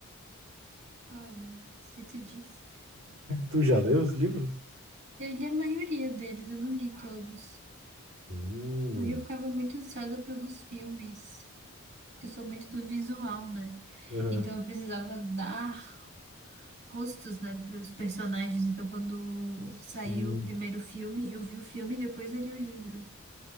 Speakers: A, on the right; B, on the right.
A: olha, se tu diz.
B: Tu já leu os livros?
A: Eu li a maioria deles, eu não li todos.
B: Hum,
A: Porque eu ficava muito ansiosa pelos filmes. Porque eu sou muito do visual, né?
B: aham.
A: Então eu precisava dar rostos, né, para os personagens. Então quando
B: Sim.
A: saiu o primeiro filme, eu vi o filme e depois eu li o livro.